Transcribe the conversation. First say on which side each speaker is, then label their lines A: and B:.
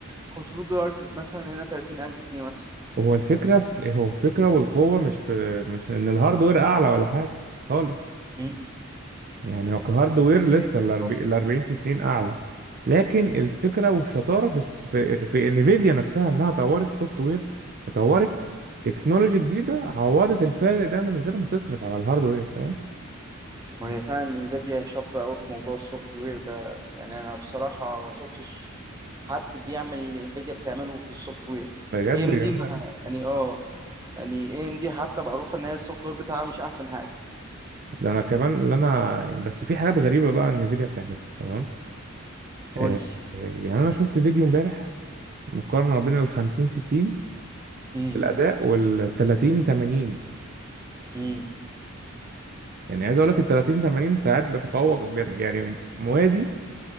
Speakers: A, on the right; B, on the right.
A: 500 دولار مثلا هنا 30000 جنيه مثلا
B: هو الفكرة في إيه؟ هو الفكرة والقوة مش في مش ان الهاردوير اعلى ولا حاجة خالص
A: مم.
B: يعني هو كهاردوير
A: كتير
B: لسه
A: كتير
B: ال 40
A: برضه.
B: ال 40 90 اعلى لكن الفكرة والشطارة في الس- في, في انفيديا نفسها انها طورت سوفت وير وطورت تكنولوجي جديدة عوضت الفارق ده من غير ما تصرف على الهاردوير فاهم
A: ما هي فعلا انفيديا شاطرة أوي في موضوع السوفت وير ده يعني أنا بصراحة ما شفتش حد بيعمل اللي انفيديا بتعمله في السوفت وير
B: بجد
A: اي ام
B: جميلة
A: دي ما
B: جدا
A: يعني اه يعني اي ام دي حتى معروفة إن هي السوفت وير بتاعها مش أحسن حاجة
B: ده انا كمان اللي انا يعني بس في حاجات غريبة بقى انفيديا بتعملها تمام
A: قول
B: آه،
A: لي
B: آه، يعني انا شفت فيديو امبارح مقارنه ما بين ال 50 60
A: مم.
B: في الاداء وال 30 80
A: مم.
B: يعني عايز اقول لك ال 30 80 ساعات بتفوق بير- يعني موازي